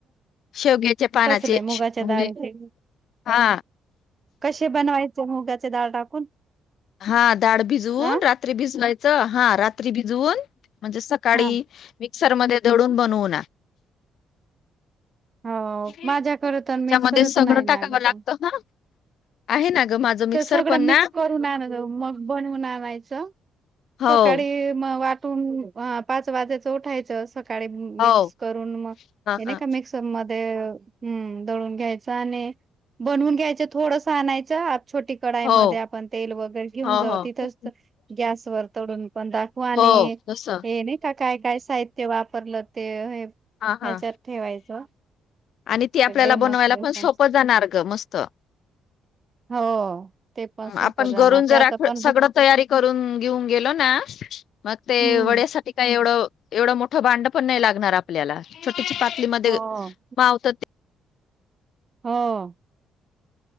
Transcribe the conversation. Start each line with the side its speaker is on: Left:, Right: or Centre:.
Left: शेवग्याचे पानाचे
Right: कसले मुगाच्या
Left: म्हणजे
Right: डाळीचे
Left: हा
Right: कसे बनवायचे मुगाचे डाळ टाकून
Left: हा डाळ भिजवून,
Right: अ
Left: रात्री भिजवायचं. हा रात्री भिजवून म्हणजे सकाळी
Right: हा
Left: मिक्सरमध्ये दडून बनवना
Right: हो
Left: त्याच्यामध्ये
Right: माझ्याकडे तर मिक्सरच
Left: सगळं
Right: नाही ना
Left: टाकावं
Right: ग
Left: लागत
Right: पण
Left: हा आहे ना ग माझं मिक्सर
Right: ते सगळं
Left: पण
Right: मिक्स
Left: ना
Right: करून आण मग बनवून आणायचं
Left: हो.
Right: सकाळी मग वाटून पाच वाजेचं उठायचं सकाळी मिक्स
Left: हो
Right: करून मग
Left: हा
Right: हे नाही
Left: हा
Right: का मिक्सर मध्ये हम्म. दळून घ्यायचं आणि बनवून घ्यायचं थोडसं आणायचं आ छोटी कडाईमध्ये
Left: हो
Right: आपण तेल वगैरे घेऊन
Left: हो
Right: जाऊ, तिथंच
Left: हो
Right: गॅसवर करून पण दाखव आणि
Left: हो तसं
Right: हे हे नाही का? काय-काय साहि ते वापरलं ते
Left: हा
Right: ह्याच्यात
Left: हा.
Right: ठेवायचं
Left: आणि ती आपल्याला
Right: ते डेमॉन्स्ट्रेशन
Left: बनवायला पण सोपं जाणार ग मस्त
Right: हो. ते पण सोपं
Left: आपण
Right: जाणार
Left: घरून जरा
Right: त्याचं पण
Left: सगळं
Right: ब
Left: तयारी करून घेऊन गेलो ना मग ते
Right: हं,
Left: वड्यासाठी काय एवढं, एवढं मोठं भाडं पण नाही लागणार आपल्याला पातलीमध्ये
Right: हो.
Left: मावतात ते
Right: हा.